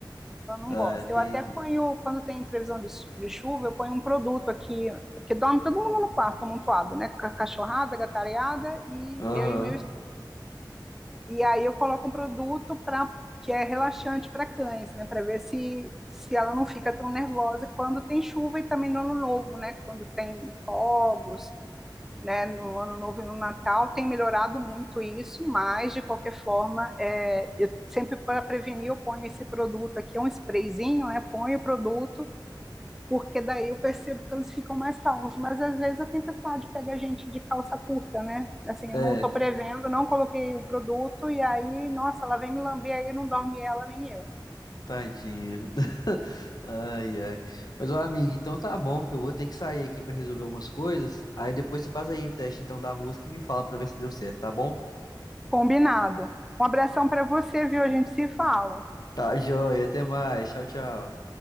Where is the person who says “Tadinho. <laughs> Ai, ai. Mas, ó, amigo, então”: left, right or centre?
Left